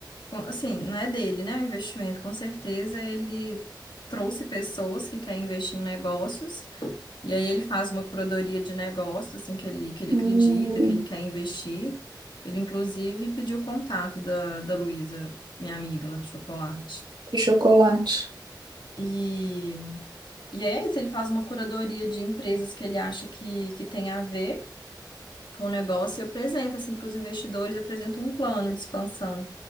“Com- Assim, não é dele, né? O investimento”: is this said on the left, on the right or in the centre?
Left